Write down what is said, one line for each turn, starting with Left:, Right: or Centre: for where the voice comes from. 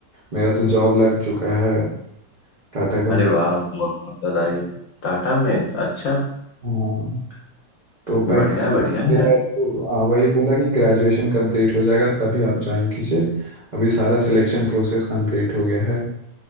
Right: मेरा तो जॉब लग चुका है टाटा कंपनी
Left: अरे वाह बहुत बहुत बधाई टाटा में अच्छा
Right: हाँ तो पैकेज
Left: बढ़िया बढ़िया
Right: मेरा
Left: यार
Right: तो आ, वही बोला कि ग्रेजुएशन कंप्लीट हो जाएगा तभी आप ज्वाइन कीजिए अभी सारा सिलेक्शन प्रोसेस कंप्लीट हो गया है